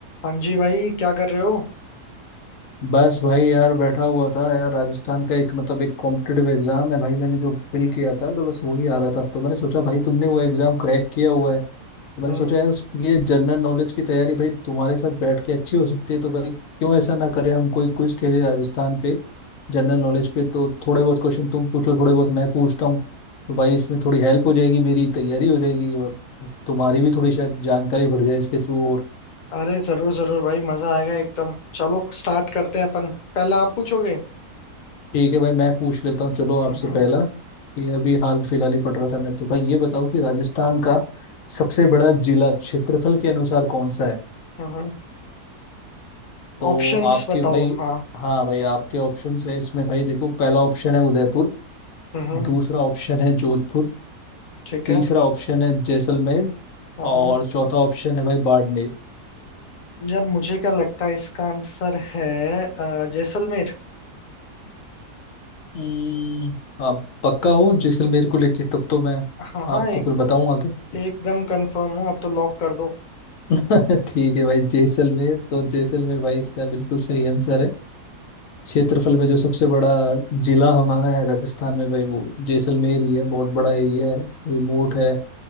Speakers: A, on the left (about 85°); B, on the left (about 65°).
A: हाँ जी भाई क्या कर रहे हो
B: बस भाई यार बैठा हुआ था यार राजस्थान का एक मतलब एक कॉम्पिटिटिव एग्जाम है भाई मैंने जो फिल किया था तो बस वही आ रहा था तो मैंने सोचा भाई तुमने वो एग्जाम क्रैक किया हुआ है तो मैंने
A: हम्म
B: सोचा यार उस- ये जनरल नॉलेज की तैयारी भाई तुम्हारे साथ बैठ के अच्छी हो सकती है तो भाई क्यों ऐसा ना करें हम कोई क्विज खेले राजस्थान पे जनरल नॉलेज पे तो थोड़े बहुत क्वेश्चन तुम पूछो थोड़े बहुत मैं पूछता हूँ तो भाई इसमें थोड़ी हेल्प हो जाएगी मेरी तैयारी हो जाएगी और तुम्हारी भी थोड़ी शायद जानकारी बढ़ जाए इसके थ्रू
A: अरे जरूर जरूर भाई मजा आएगा एकदम चलो स्टार्ट करते हैं अपन पहला आप पूछोगे
B: ठीक है भाई मैं पूछ लेता हूँ चलो आपसे
A: हम्म
B: पहला कि अभी हाल फिलहाल ही पढ़ रहा था मैं तो भाई ये बताओ कि राजस्थान का सबसे बड़ा जिला क्षेत्रफल के अनुसार कौन सा है
A: हम्म
B: तो
A: ऑप्शंस
B: आपके
A: बताओ
B: भाई
A: हाँ
B: हाँ भाई आपके ऑप्शंस है इसमें भाई देखो पहला ऑप्शन है उदयपुर
A: हम्म
B: दूसरा ऑप्शन है जोधपुर
A: ठीक
B: तीसरा
A: है
B: ऑप्शन है जैसलमेर
A: हम्म
B: और चौथा ऑप्शन है भाई बाड़मेर
A: जब मुझे क्या लगता है इसका आंसर है अ, जैसलमेर
B: हम्म, आप पक्का हो जैसलमेर को लेके तब तो मैं
A: हाँ हाँ
B: आपको
A: एक
B: फिर बताऊं आगे
A: एकदम कंफर्म हूँ अब तो लॉक कर दो
B: <laughs> ठीक है भाई जैसलमेर तो जैसलमेर भाई इसका बिल्कुल सही आंसर है क्षेत्रफल में जो सबसे बड़ा जिला हमारा है राजस्थान में भाई वो जैसलमेर ही है बहुत बड़ा एरिया है रिमोट है